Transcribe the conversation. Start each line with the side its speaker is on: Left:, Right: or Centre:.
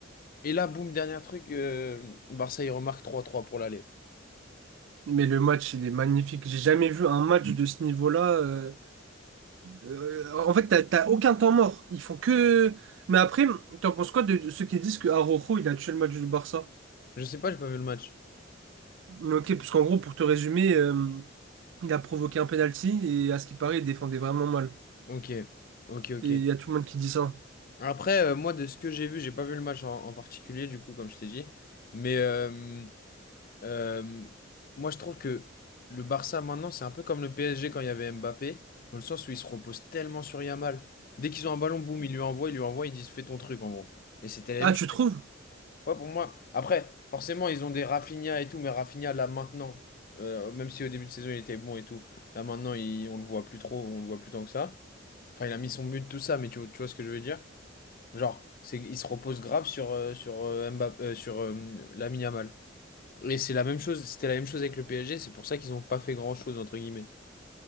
Left: Et là, boum, dernier truc, euh, Barça, ils remarquent trois trois pour l'aller.
Right: Mais le match, il est magnifique. J'ai jamais vu un match de ce niveau-là. euh, euh, en fait, t'as, t'as aucun temps mort. Ils font que. Mais après, t'en penses quoi de ceux qui disent que Araujo, il a tué le match du Barça?
Left: Je sais pas, j'ai pas vu le match.
Right: Ok, parce qu'en gros, pour te résumer, euh, il a provoqué un penalty et à ce qui paraît, il défendait vraiment mal.
Left: Ok, ok, ok.
Right: Et il y a tout le monde qui dit ça.
Left: Après, euh, moi, de ce que j'ai vu, j'ai pas vu le match en, en particulier, du coup, comme je t'ai dit. Mais euh, euh, moi, je trouve que le Barça, maintenant, c'est un peu comme le PSG quand il y avait Mbappé, dans le sens où ils se reposent tellement sur Yamal. Dès qu'ils ont un ballon, boum, ils lui envoient, ils lui envoient, ils disent fais ton truc, en gros. Et c'était la
Right: Ah,
Left: même
Right: tu
Left: chose.
Right: trouves?
Left: Ouais, pour moi. Après, forcément, ils ont des Rafinha et tout, mais Rafinha, là, maintenant, euh, même si au début de saison, il était bon et tout, là, maintenant, il- on le voit plus trop, on le voit plus tant que ça. Enfin, il a mis son but, tout ça, mais tu, tu vois ce que je veux dire? Genre, c'est, il se repose grave sur, euh, sur, euh, Mbappé, euh, sur euh, Lamine Yamal. Et c'est la même chose, c'était la même chose avec le PSG, c'est pour ça qu'ils n'ont pas fait grand-chose, entre guillemets.